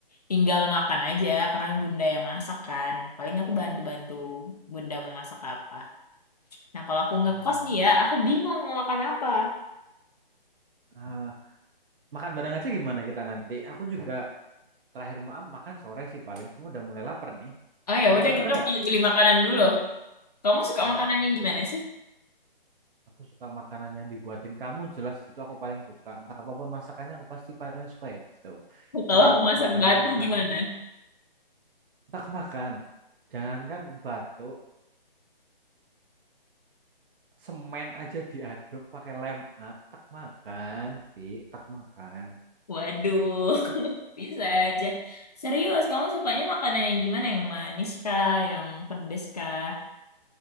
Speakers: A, on the left (about 45°); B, on the right (about 65°).
A: tinggal makan aja karena bunda yang masak kan. Paling aku bantu-bantu bunda mau masak apa. Nah kalau aku
B: Ah,
A: ngekos nih ya, aku bingung mau makan apa.
B: Ah, makan bareng aja gimana kita nanti? Aku juga terakhir maaf makan sore sih paling. Semua udah mulai lapar nih.
A: Oh ya
B: Mau
A: udah
B: makan
A: kita
B: bareng nggak?
A: pilih-pilih makanan dulu. Kamu suka
B: Ah,
A: makanan
B: oke
A: yang gimana
B: deh.
A: sih?
B: Aku suka makanan yang dibuatin kamu, jelas itu aku paling suka. Entah apapun masakannya aku pasti paling suka ya itu.
A: Kalau
B: Cuma
A: aku
B: untuk
A: masak
B: makanan-makanan,
A: batu gimana?
B: tak makan. Jangankan batuk, semen aja diaduk pakai lem A, tak makan, Vi, tak makan.
A: Waduh, <laughs> bisa aja. Serius, kamu sukanya makanan yang gimana? Yang manis kah? Yang pedes kah?